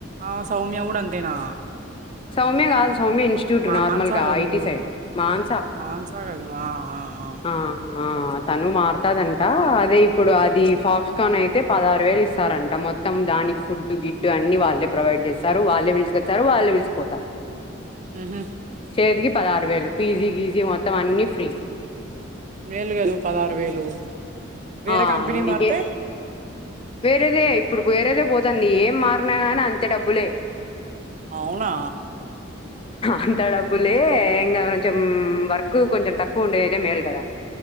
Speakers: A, on the right (about 35°); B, on the left (about 25°).
A: ఆ సౌమ్య కూడా అంతేనా
B: సౌమ్యగాల్ సౌమ్య ఇన్స్టిట్యూట్
A: మాన్సా
B: నార్మల్గా
A: కదు
B: ఐటి సైడ్ మాంసా
A: మాన్సా కదు ఆ ఆ ఆ
B: హ ఆ తను మారుతాదంట అదే ఇప్పుడు అది ఫాక్స్కాన్ అయితే పదహారు వేలు ఇస్తారంట మొత్తం దానికి ఫుడ్ గిడ్డు అన్ని వాళ్ళే ప్రొవైడ్ చేస్తారు వాళ్ళే పిలుసుకొచ్చారు వాళ్ళే పిలిసిిపోతారు
A: హ్మ్మ్
B: తేకి పదహారు వేలు పీజీ గీజీ మొత్తం అన్నిీ ఫ్రీ
A: మేలు కదు పదహారు వేలు వేరే
B: ఆ
A: కంపెనీ
B: అందుకే
A: మారితే
B: వేరేదే ఇప్పుడు వేరేదే పోతుాంది ఏం మారిన కాగాని అంతే అ డబ్బులే
A: అవునా
B: అంత డబ్బులే ఇంక కొంచెం వర్క్ కొంచెం తక్కువ ఉండేది అయితే మేలు కదా